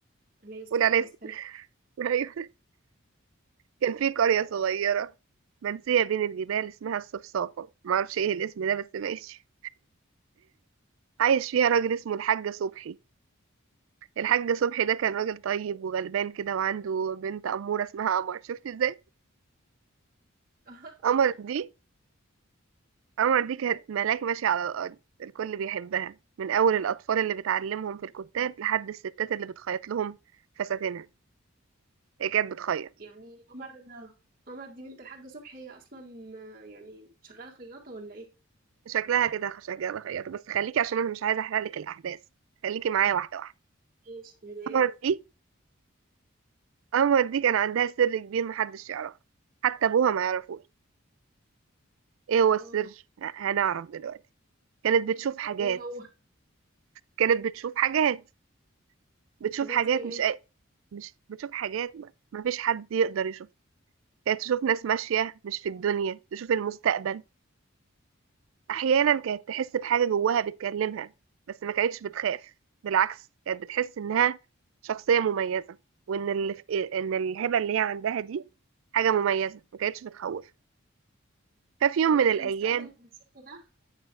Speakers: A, on the right; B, on the right.
A: عليه الصلاه
B: قول عليه
A: والسلام
B: الصلاه <laughs> ايوه كان في قريه صغيره منسيه بين الجبال اسمها الصفصافه ما اعرفش ايه الاسم ده بس ماشي عايش فيها راجل اسمه الحاج صبحي الحاج صبحي ده كان راجل طيب وغلبان كده وعنده بنت اموره اسمها قمر شفت ازاي
A: <laughs>
B: قمر دي عمر دي كانت ملاك ماشية على الأرض الكل بيحبها من أول الأطفال اللي بتعلمهم في الكتاب لحد الستات اللي بتخيط لهم فساتينها هي كانت بتخيط
A: يعني قمر قمر دي بنت الحاج صبحي هي اصلا آه، يعني شغاله خياطه ولا ايه
B: شكلها كده شكلها خياطة بس خليكي عشان أنا مش عايزة أحرق لك الأحداث خليكي معايا واحدة واحدة
A: ماشي تمام
B: قمر دي قمر دي كان عندها سر كبير محدش يعرفه حتى أبوها ما يعرفوش إيه هو
A: اه
B: السر ه- هنعرف دلوقتي كانت بتشوف حاجات
A: ايه هو
B: كانت بتشوف حاجات بتشوف
A: حاجات
B: حاجات
A: زي
B: مش
A: ايه
B: أي... مش بتشوف حاجات ما ما فيش حد يقدر يشوفها كانت تشوف ناس ماشية مش في الدنيا تشوف المستقبل أحيانا كانت تحس بحاجة جواها بتكلمها بس ما كانتش بتخاف بالعكس كانت بتحس إنها شخصية مميزة وإن اللي في... إن الهبة اللي هي عندها دي حاجة مميزة ما كانتش بتخوف ففي يوم
A: طب هي
B: من الأيام
A: المستقبل اللي بتشوفه ده